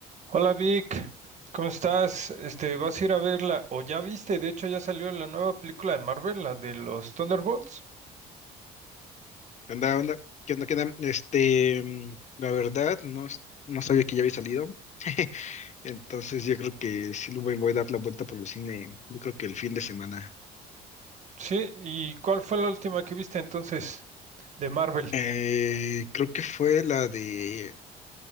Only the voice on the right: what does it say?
Hola Vic, ¿cómo estás? Este, ¿vas a ir a verla? O ya viste, de hecho ya salió la nueva película de Marvel, la de los Thunderbolts.
Sí, ¿y cuál fue la última que viste entonces de Marvel?